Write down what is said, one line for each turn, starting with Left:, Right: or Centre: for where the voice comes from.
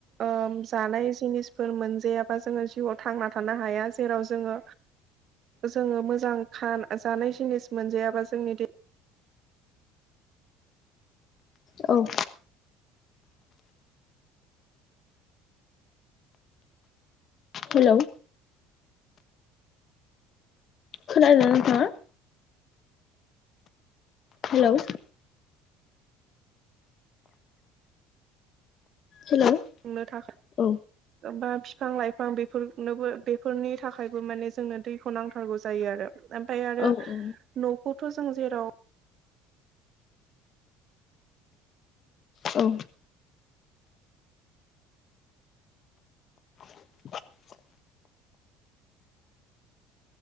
Right: ओम जानाय जिनिसफोर मोनजायाबा जोङो जिउआव थांना थानो हाया जेराव जोङो जोङो मोजां खान जानाय जिनिस मोनजायाबा जोंनि दे
Left: औ हेलौ खोनादों ना नोंथाङा हेलौ हेलौ
Right: खुंनो था
Left: औ
Right: बा बिफां लाइफां बेफोरनोबो बेफोरनि थाखायबो माने जोंनो दैखौ नांथारगौ जायो आरो ओमफाय आरो
Left: औ औ
Right: न'खौथ' जों जेराव
Left: औ <inaudible>